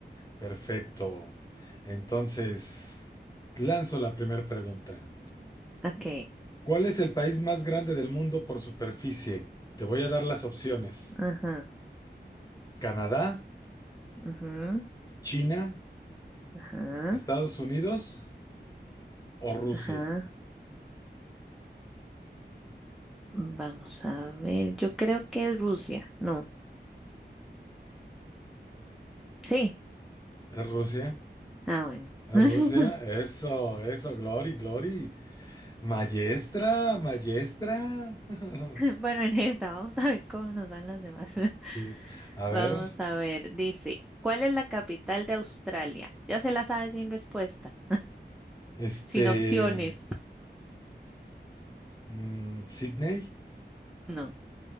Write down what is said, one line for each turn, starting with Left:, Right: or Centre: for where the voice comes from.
Left: Perfecto. Entonces, lanzo la primera pregunta.
Centre: Ok,
Left: ¿Cuál es el país más grande del mundo por superficie? Te voy a dar las opciones.
Centre: ajá,
Left: ¿Canadá,
Centre: ajá,
Left: China,
Centre: ajá,
Left: Estados Unidos o Rusia?
Centre: ajá. vamos a ver. Yo creo que es Rusia. No. Sí.
Left: ¿Es Rusia?
Centre: Ah, bueno.
Left: ¿Es
Centre: <laughs>
Left: Rusia? Eso, eso, Glory, Glory. Maestra, maestra. <laughs>
Centre: Bueno, en esta, vamos a ver cómo nos dan las demás. <laughs>
Left: Sí. A
Centre: Vamos
Left: ver,
Centre: a ver. Dice, ¿cuál es la capital de Australia? Ya se la sabe sin respuesta,
Left: este,
Centre: sin opciones.
Left: mm, Sydney,
Centre: No.